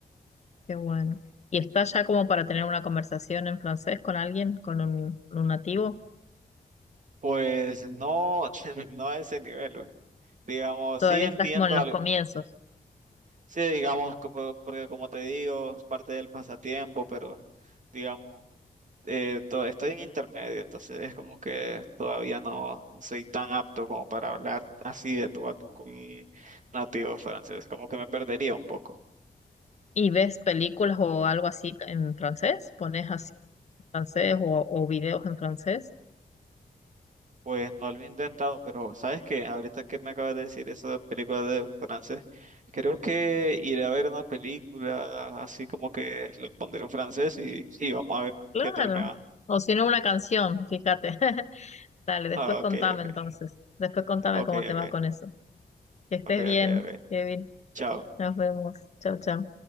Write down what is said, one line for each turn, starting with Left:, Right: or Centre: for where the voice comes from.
Left: Qué bueno. ¿Y estás ya como para tener una conversación en francés con alguien, con un, con un nativo?
Right: Pues no, <laughs> no a ese nivel. Digamos,
Left: Todavía
Right: sí entiendo
Left: estás como en los comienzos.
Right: Sí, digamos, como- porque como te digo, es parte del pasatiempo, pero digamos, eh, to- estoy en intermedio, entonces es como que todavía no no soy tan apto como para hablar así de tú a tú con un nativo francés, como que me perdería un poco.
Left: y ves películas o algo así en francés, pones así los en francés o, o videos en francés,
Right: Pues no lo he intentado, pero sabes que ahorita que me acabas de decir eso de películas de francés, creo que iré a ver una película así como que le pondré un francés y, y vamos a ver
Left: claro.
Right: qué tal me va.
Left: O si no, una canción, fíjate. <laughs> Dale, después
Right: Ah,
Left: contame
Right: ok, ok,
Left: entonces. Después contame
Right: ok,
Left: cómo te
Right: ok.
Left: va con eso. Que estés
Right: Ok,
Left: bien,
Right: ok, ok.
Left: Kevin.
Right: Chao.
Left: Nos vemos. Chao, chao.